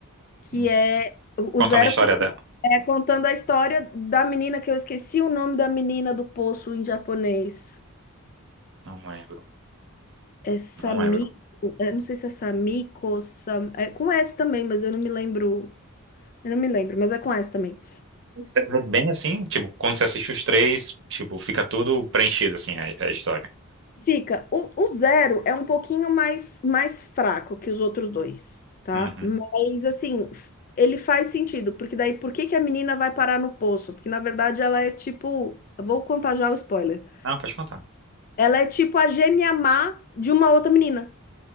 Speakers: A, on the left; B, on the right.
A: que
B: Hum.
A: é o
B: Contando
A: o zero
B: a história
A: por- cento.
B: dela.
A: é contando a história da menina que eu esqueci o nome da menina do poço em japonês.
B: Não lembro,
A: É Samiko,
B: não lembro.
A: eu não sei se é Samiko, Sam, é com S também, mas eu não me lembro. Eu não me lembro, mas é com S também.
B: É bem assim, tipo, quando você assiste os três, tipo, fica tudo preenchido, assim, a, a história.
A: Fica, o, o zero é um pouquinho mais, mais fraco que os outros dois, tá?
B: Uhum.
A: Mas assim, f- ele faz sentido, porque daí por que que a menina vai parar no poço? Porque na verdade ela é tipo, vou contar já o spoiler.
B: Não, pode contar.
A: Ela é tipo a gêmea má de uma outra menina.